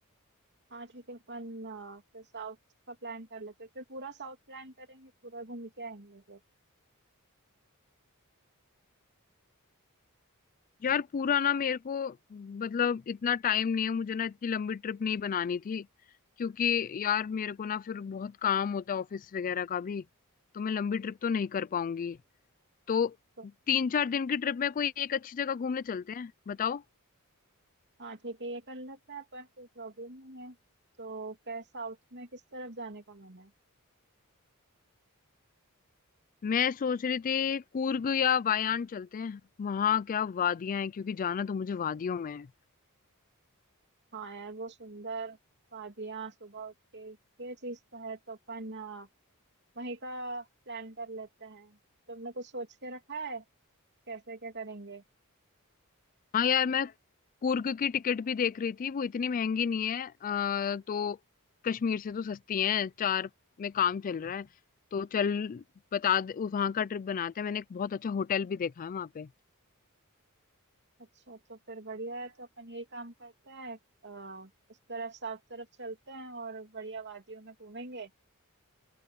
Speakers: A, on the right; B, on the left.
A: हाँ ठीक है अपन अ, फिर साउथ का प्लान कर लेते हैं फिर पूरा साउथ प्लान करेंगे पूरा घूम के आएंगे फिर
B: यार पूरा ना मेरे को मतलब इतना टाइम नहीं है मुझे ना इतनी लंबी ट्रिप नहीं बनानी थी क्योंकि यार मेरे को ना फिर बहुत काम होता है ऑफिस वगैरह का भी तो मैं लंबी ट्रिप तो नहीं कर पाऊंगी तो
A: तो
B: तीन चार दिन की ट्रिप में कोई एक अच्छी जगह घूमने चलते हैं बताओ
A: हाँ ठीक है ये कर लेते हैं अपन कोई प्रॉब्लम नहीं है तो क्या साउथ में किस तरफ जाने का मन है
B: मैं सोच रही थी कूर्ग या वायान चलते हैं वहां क्या वादियां हैं क्योंकि जाना तो मुझे वादियों में है
A: हाँ यार वो सुंदर वादियाँ सुबह उठ के ये चीज तो है तो अपन अ, वहीं का प्लान कर लेते हैं तुमने कुछ सोच के रखा है कैसे क्या करेंगे
B: हाँ यार मैं कुर्ग की टिकट भी देख रही थी वो इतनी महंगी नहीं है आ, तो कश्मीर से तो सस्ती है चार में काम चल रहा है तो चल बता दे वहां का ट्रिप बनाते हैं मैंने एक बहुत अच्छा होटल भी देखा है वहां पे
A: अच्छा तो फिर बढ़िया है तो अपन ये काम करते हैं अ, उस तरफ साउथ तरफ चलते हैं और बढ़िया वादियों में घूमेंगे